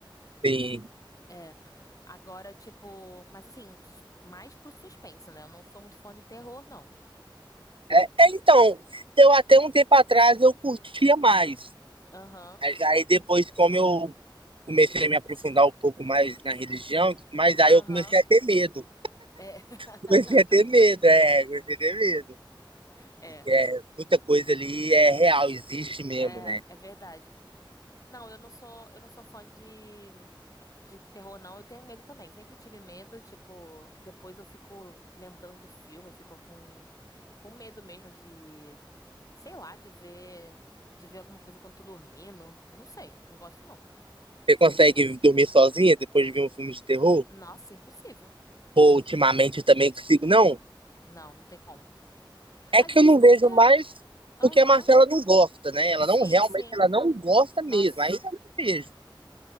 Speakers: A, on the right; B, on the left.
A: Sim.
B: É. Agora, tipo, mas assim, s- mais pro suspense, né? Eu não sou muito fã de terror, não.
A: É, é, então, eu até um tempo atrás eu curtia mais.
B: Aham,
A: Mas aí depois, como eu comecei a me aprofundar um pouco mais na religião, mas
B: aham.
A: aí eu comecei a ter medo.
B: É. <laughs>
A: Comecei a ter medo, é, comecei a ter medo.
B: É,
A: É, muita coisa ali é real, existe mesmo,
B: é,
A: né?
B: é verdade. Não, eu não sou, eu não sou fã de, de terror, não. Eu tenho medo também. Sempre tive medo, tipo, depois eu fico lembrando do filme, fico com, com medo mesmo de, sei lá, de ver, de ver alguma coisa quando tô dormindo. Não sei, não gosto não.
A: Você consegue dormir sozinha depois de ver um filme de terror?
B: Nossa, impossível.
A: Pô, ultimamente eu também consigo. Não,
B: Não, não tem como.
A: é
B: Às
A: que
B: vezes,
A: eu não vejo
B: é.
A: mais
B: Aham.
A: porque a Marcela não gosta, né? Ela
B: Sim,
A: não realmente,
B: sim.
A: ela não gosta mesmo.
B: Nossa.
A: Aí eu não vejo.